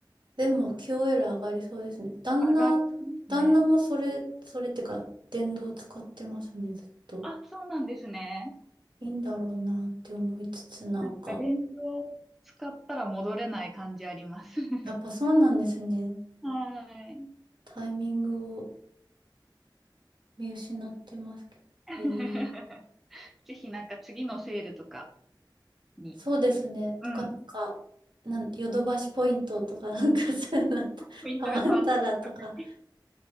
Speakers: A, on the right; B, in the centre.
A: でも QOL 上がりそうですね。旦那、
B: <laughs> 上がりますね。
A: 旦那もそれ、それってか、電動使ってますね、ずっと。
B: あ、そうなんですね。
A: いいんだろうなって思いつつ、なんか。
B: なんか電動使ったら戻れない感じあります。<laughs>
A: やっぱそうなんですね。
B: はい。
A: タイミングを見失ってますけど。
B: <laughs>
A: へえ。
B: ぜひなんか次のセールとかに、
A: そうですね。
B: うん。
A: とか、なんか、なんヨドバシポイントとかなんかそういうのって <laughs>
B: ポイントが変わった時とかに
A: ハマったらとか。